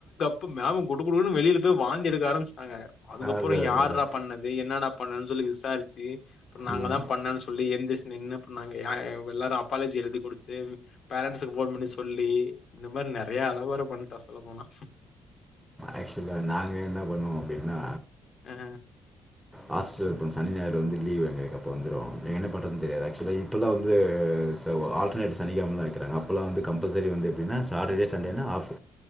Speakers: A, on the left; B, in the centre.
A: இப்ப மேம் குடு குடுணுன்னனு வெளியில போய் வாந்தி எடுக்க ஆரம்பிச்சுடாங்க அதுக்கப்புறோ
B: அதான், அதான்.
A: யார்ரா பண்ணது என்னடா பண்ணாண்னு சொல்லி விசாரிச்சு அப்ப நாங்க
B: ம்.
A: தா பண்ணான்னு சொல்லி எந்திரிச்சு நின்னு பண்ணாங்க யார்எல்லாரு அப்பாலேஜி எழுதி கொடுத்து பேரன்ட்ஸுக்கு போன் பண்ணி சொல்லி இந்த மாதிரி நிறைய அளவாரம் பண்ணட்டா சொல்ல போனா
B: ஆக்சுவலா நாங்க என்ன பண்ணுவோ அப்பிடின்னா
A: அ.
B: ஹாஸ்டல்லருப்பன் சனி ஞாயிறு வந்து லீவு எங்களுக்கு அப்ப வந்துடுவோ எங்க என்ன பண்ணறதுன் தெரியாது ஆக்சுவலா இப்பலா வந்து ச வ ஆல்டர்னேட் சனிக்கெழமலா வெக்கிறாங்க அப்பலா வந்து கம்ப்பல்செரி வந்து எப்டினா சாட்டர்டே சண்டேனா ஆஃப்